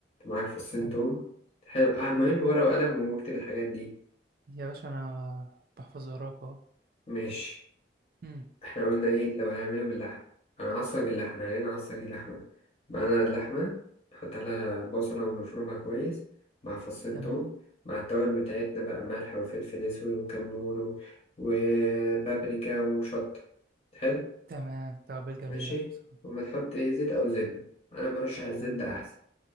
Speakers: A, on the left; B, on the right.
A: معاك فصين
B: تمام
A: توم حلو اه مهم
B: تمام.
A: ورقة وقلم واكتب الحاجات دي
B: يا باشا أنا بحفظ وراك أهو
A: ماشي
B: مم.
A: احنا قلنا ايه لو هنعمله باللحمة انا هعصج اللحمة يعني انا هعصج اللحمة معانا اللحمة نحط عليها بصلة ونفرمها كويس مع فصين
B: تمام
A: توم مع التوابل بتاعتنا بقى ملح وفلفل اسود وكمون و- وبابريكا وشطة حلو
B: تمام توابل جميلة
A: ماشي
B: دي بصراحة
A: وما تحط ايه زيت او زبدة انا برشح الزبدة
B: تمام
A: احسن